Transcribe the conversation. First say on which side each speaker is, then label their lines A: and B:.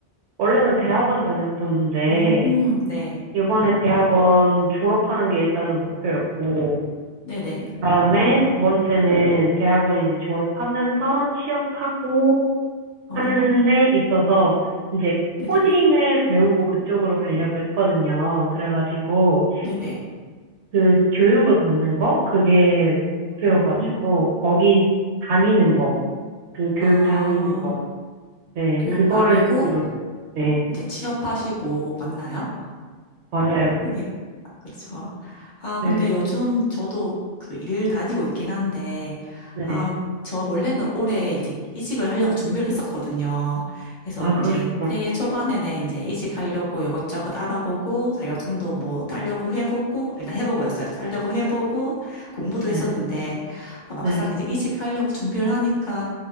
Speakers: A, on the right; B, on the left.
A: 원래는 대학원 다녔었는데,
B: 음, 네.
A: 요번에 대학원 졸업하는 게 일단은 목표였고,
B: 네네.
A: 그다음에 두 번째는 대학원 이제 졸업하면서 취업하고,
B: 어,
A: 하는 데 있어서 이제
B: 네네.
A: 코딩을 배우고 그쪽으로 가려고 했거든요. 그래가지고
B: 네네.
A: 그 교육을 받는 거 그게 목표여가지고
B: 어,
A: 거기 다니는 거 그 교육
B: 아,
A: 다니는 거 네,
B: 교육
A: 그거를
B: 다니고,
A: 지금 네,
B: 이제 취업하시고, 맞나요?
A: 맞아요.
B: 그게 그쵸. 아,
A: 네,
B: 근데 요즘 저도 그 일 다니고 있긴 한데,
A: 네.
B: 아, 저 원래는 올해 이제 이직을 하려고 준비를 했었거든요. 그래서
A: 아, 그러셨구나.
B: 이제 새해 초반에는 이제 이직하려고 이것저것 알아보고, 자격증도 뭐 따려고 해보고, 일단 해보고였어요. 따려고 해보고, 공부도
A: 네,
B: 했었는데, 아, 막상
A: 네.
B: 이제 이직하려고 준비를 하니까,